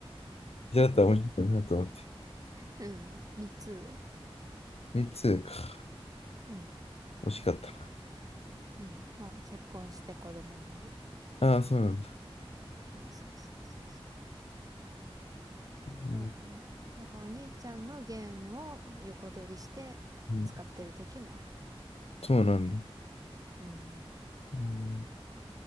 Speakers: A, on the left; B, on the right.
A: じゃあだったら面白いなと思って。
B: うん。三つ上。
A: 三つか。
B: うん
A: 惜しかったな。
B: うん。もう結婚して子供もいる。
A: ああ、そうなんだ。
B: そうそうそうそう。
A: うん、
B: そうだね。だからお兄ちゃんのゲームを横取りして使ってる時もある。
A: うんそうなんだ。
B: うん。
A: うん、